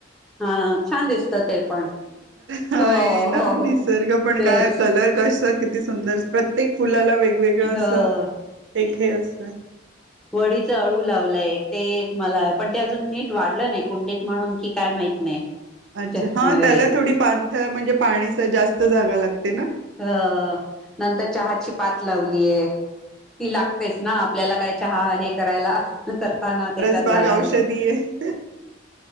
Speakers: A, in the centre; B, on the right (about 70°).
A: हा छान दिसत ते पण
B: होय
A: हो
B: ना
A: हो
B: निसर्ग
A: हो
B: पण
A: तेच
B: काय कलर कल आस किती सुंदर प्रत्येक फुलाला वे वेगळं
A: हो
B: असं एक हे असत
A: वडीच अळू लावलंय, ते एक मला पण ते अजून नीट वाढलं नाही कुंडीत म्हणून की काय माहित नाही
B: अच्छा
A: च
B: हा
A: हे
B: त्याला थोडी पाण थळ म्हणजे पाणीच जास्त जागा लागते ना?
A: हो नंतर चहाची पात लावलेय ती लागतेच ना आपल्याला काय चहा हे करायला तर पान तेच्यात
B: परसबाग
A: घालायला
B: औषधी आहे.